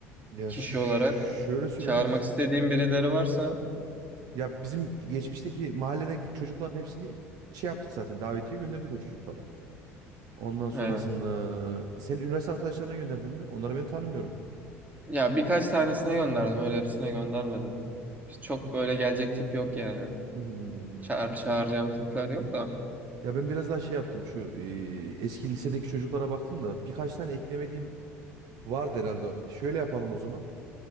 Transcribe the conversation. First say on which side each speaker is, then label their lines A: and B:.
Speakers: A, on the right; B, on the right.
A: Ya
B: kişi
A: ş-
B: olarak.
A: şöyle söyleyeyim.
B: Çağırmak
A: z-
B: istediğim birileri varsa.
A: Ya bizim geçmişteki mahalledeki çocukların hepsini şey yaptık zaten. Davetiye gönderdik o çocuklara. Ondan sonrasında
B: He.
A: senin üniversite arkadaşlarına gönderdin mi? Onları ben tanımıyorum.
B: Ya birkaç tanesine gönderdim öyle hepsine göndermedim. Biz Çok öyle gelecek tip yok yani.
A: Hmm.
B: Çağır, çağıracağım tipler yok da.
A: Ya ben biraz daha şey yaptım. Şu e, eski lisedeki çocuklara baktım da birkaç tane eklemediğim vardı herhalde. Şöyle yapalım o zaman.